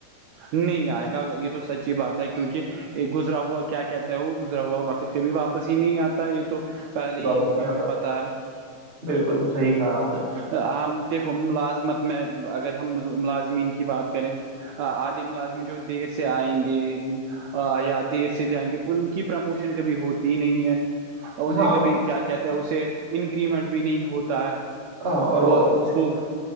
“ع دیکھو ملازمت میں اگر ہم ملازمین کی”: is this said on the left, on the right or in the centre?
Right